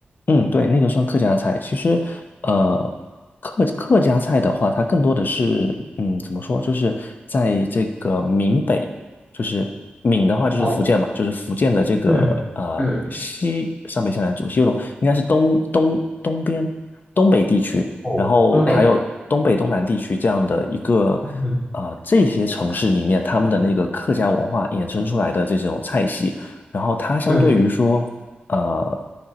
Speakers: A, on the left; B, on the left.
A: 嗯，对，那个算客家菜。其实，呃，客客家菜的话，它更多的是，嗯，怎么说，就是在这个闽北，就是闽的话就是福建嘛，
B: 哦，
A: 就是福建的这个呃西上北下南左西右东，
B: 嗯嗯，
A: 应该是东东东边东北地区，
B: 哦，
A: 然后还有东北东南地区这样的一个啊、
B: 东北，嗯
A: 呃这些城市里面，他们的那个客家文化衍生出来的这种菜系。然后它相对于说，
B: 嗯
A: 呃，